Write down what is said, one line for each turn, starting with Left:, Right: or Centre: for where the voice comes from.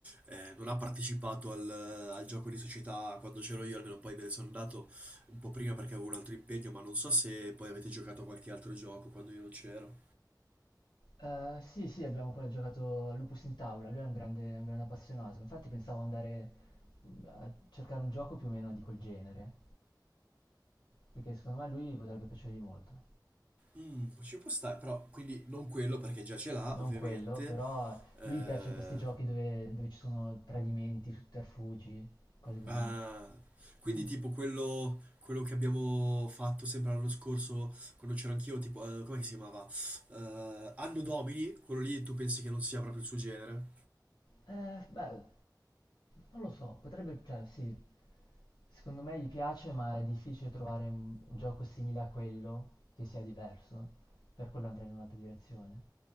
Right: eh, non ha partecipato al, al gioco di società quando c'ero io, almeno poi me ne sono andato un po' prima perché avevo un altro impegno, ma non so se poi avete giocato a qualche altro gioco quando io non c'ero.
Left: Eh, sì, sì, abbiamo ancora giocato a Lupus in tavola, lui è un grande, un grande appassionato, infatti pensavo andare mm, a cercare un gioco più o meno di quel genere, perché secondo me a lui potrebbe piacergli molto.
Right: Mm, ci può stare, però quindi non quello perché già ce l'ha,
Left: Non
Right: ovviamente.
Left: quello, però
Right: eh,
Left: lui piace questi giochi dove, dove ci sono tradimenti, sotterfugi, cose così.
Right: Ah, quindi
Left: Mm.
Right: tipo quello, quello che abbiamo fatto sempre l'anno scorso, quando c'ero anch'io, tipo, eh, come si chiamava? Eh, Anno Domini, quello lì tu pensi che non sia proprio il suo genere?
Left: Eh, beh, non lo so, potrebbe, cioè sì, secondo me gli piace, ma è difficile trovare un, un gioco simile a quello che sia diverso, per quello andrei in un'altra direzione.